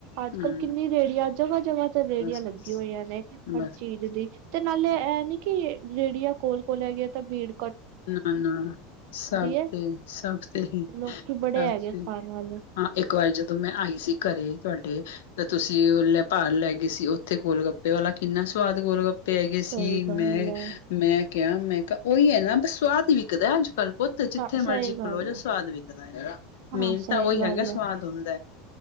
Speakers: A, on the right (about 60°); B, on the left (about 85°).
A: ਅੱਜ
B: ਹਮ
A: ਕੱਲ ਕਿੰਨੀ ਰੇਹੜੀਆਂ ਜਗ੍ਹਾ- ਜਗ੍ਹਾ ਤੇ ਰੇਹੜੀਆਂ
B: ਬਸ
A: ਲੱਗੀ
B: ਬਸ
A: ਹੋਈਆਂ ਨੇ ਹਰ
B: ਬਸ
A: ਚੀਜ਼
B: ਬਸ
A: ਦੀ ਤੇ ਨਾਲੇ ਇਹ ਨੀ ਕਿ ਰੇਹੜੀਆਂ ਕੋਲ- ਕੋਲ ਹੈਗੀ ਤਾਂ ਬੀੜ
B: ਨਾ- ਨਾ ਸਭ
A: ਹੈ
B: ਤੇ ਸਭ ਤੇ ਹੀ
A: ਲੋਕੀ
B: ਸਭ
A: ਬੜੇ ਹੈਗੇ
B: ਤੇ
A: ਖਾਣ ਵਾਲੇ
B: ਹਾਂ ਇੱਕ ਵਾਰੀ ਜਦੋਂ ਮੈਂ ਆਈ ਸੀ ਘਰੇ ਤੁਹਾਡੇ ਤਾਂ ਤੁਸੀਂ ਲ ਭਾਰ ਲੈ ਗਏ ਸੀ ਉੱਥੇ ਗੋਲ ਗੱਪੇ ਵਾਲਾ ਕਿੰਨਾ ਸਵਾਦ ਗੋਲ ਗੱਪ ਪੈ ਗਏ
A: ਸਹੀ
B: ਸੀ ਮੈਂ
A: ਗੱਲ ਹੈ
B: -ਮੈਂ ਕਿਹਾ ਮੈਂ ਕਿਹਾ ਉਹੀ ਹੈ ਨਾ ਬ ਸਵਾਦ ਹੀ ਵਿਕਦਾ ਅੱਜ ਕਲ ਪੁੁੱਤ ਜਿੱਥੇ
A: ਸਹੀ
B: ਮਰਜ਼ੀ ਖਲੋ
A: ਗੱਲ
B: ਜਾ
A: ਹੈ
B: ਸਵਾਦ ਵਿਕਦਾ ਹੈਗਾ।
A: ਹਾਂ
B: ਮੇਹਨ
A: ਸਹੀ
B: ਤਾਂ ਉਹੀ
A: ਗੱਲ
B: ਹੈਗਾ ਸਵਾਦ
A: ਹੈ
B: ਹੁੰਦਾ